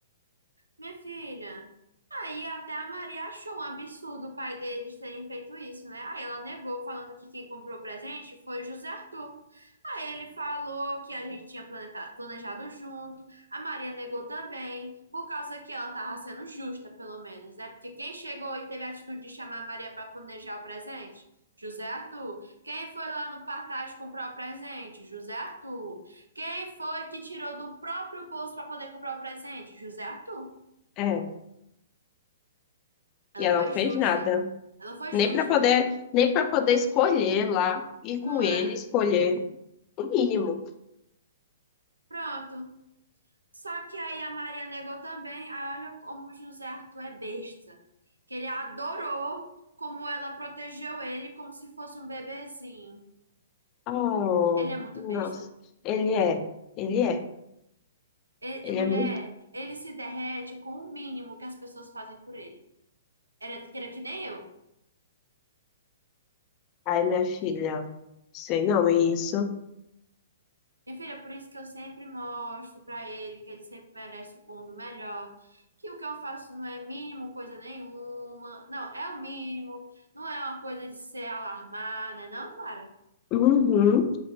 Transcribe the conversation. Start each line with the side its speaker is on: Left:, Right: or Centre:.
Right: Minha filha. Aí até a Maria achou um absurdo o pai deles terem feito isso, né? Aí ela negou, falando que quem comprou o presente foi o José Arthur. Aí ele falou que a gente tinha planeta- planejado junto. A Maria negou também, por causa que ela estava sendo justa, pelo menos, né? Porque quem chegou e teve a atitude de chamar a Maria para planejar o presente? José Arthur. Quem foi lá no Partage comprar o presente? José Arthur. Quem foi que tirou do próprio bolso para poder comprar o presente? José Arthur.
Left: É.
Right: Ela
Left: E ela
Right: foi
Left: não fez
Right: justa.
Left: nada.
Right: Ela foi
Left: Nem
Right: justa,
Left: para poder, nem para poder escolher lá, ir
Right: não
Left: com ele,
Right: é?
Left: escolher o mínimo.
Right: Pronto. Só que aí a Maria negou também. Aí olha como o José Arthur é besta. Que ele adorou como ela protegeu ele como se fosse um bebezinho.
Left: Oh,
Right: Ele é muito
Left: nossa.
Right: besta.
Left: Ele é. Ele é.
Right: E-
Left: Ele
Right: mulher,
Left: é muito.
Right: ele se derrete com o mínimo que as pessoas fazem por ele. Era, era que nem eu.
Left: Ai, minha filha. Sei não, é isso.
Right: Minha filha, por isso que eu sempre mostro pra ele que ele sempre merece o bom do melhor, que o que eu faço não é mínimo coisa nenhuma, não, é o mínimo, não é uma coisa de ser alarmada, né? Não, Clara,
Left: Uhum.